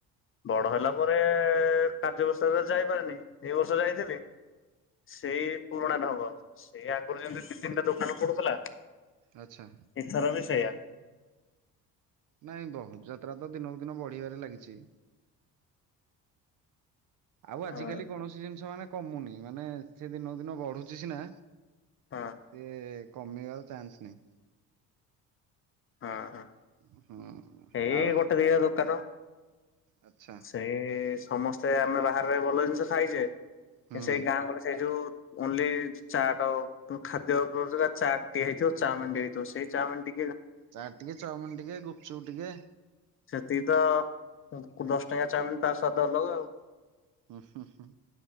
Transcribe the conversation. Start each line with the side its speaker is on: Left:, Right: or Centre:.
Left: ବଡ ହେଲା ପରେ କାର୍ଯ୍ୟ ବ୍ୟସ୍ତରେ ତ ଯାଇପାରେନି ଏଇ ବର୍ଷ ଯାଇଥିଲି ସେଇ ପୁରୁଣା ଢଙ୍ଗ ସେଇ ଆଗରୁ ଯେମିତି ଦି, ତିନିଟା ଦୋକାନ ପଡୁଥିଲା।
Right: ଆଚ୍ଛା
Left: ଏଥର ବି ସେୟା।
Right: ନାଇଁ ବହୁ ଯାତ୍ରା ତ ଦିନକୁ ଦିନ ବଢିବାରେ ଲାଗିଛି। ଆଉ ଆଜିିକାଲି
Left: ହଁ
Right: କୌଣସି ଜିନିଷ ମାନେ କମୁନି ମାନେ ସେ ଦିନକୁ ଦିନ ବଢୁଛି ସିନା
Left: ଆଁ।
Right: ସେ କମିବାର ଚାନ୍ସ ନାହିଁ।
Left: ଆଁ ହଁ।
Right: <inaudible>
Left: ଏଇ
Right: ଆଉ
Left: ଗୋଟେ ଦିଟା ଦୋକାନ
Right: ଆଚ୍ଛା
Left: ସେଇ ସମସ୍ତେ ଆମେ ବାହାରେ ରହି ଭଲ ଜିନିଷ ଖାଇଚେ
Right: ହୁଁ
Left: ସେଇ ଗାଁ କୁ ଗଲେ ସେଇ ଯୋଉ ଓଲ୍ଲି ଚାଟ ଖାଦ୍ୟ ଉପ ଚାଟ୍ ଟିଏ ହେଇଥିବ ଚାଓମିନ ଟିଏ ହେଇଥିବ ସେଇ ଚାଓମିନ ଟି
Right: ଚାଟ୍ ଟିକେ, ଚାଉମିନ ଟିକେ, ଗୁପଚୁପ ଟିକେ।
Left: ଏତିକି ତ କୁ ଦଶ ଟଙ୍କିଆ ଚାଓମିନ ତା ସ୍ଵାଦ ଅଲଗା ଆଉ।
Right: ହୁଁ ହୁଁ ହୁଁ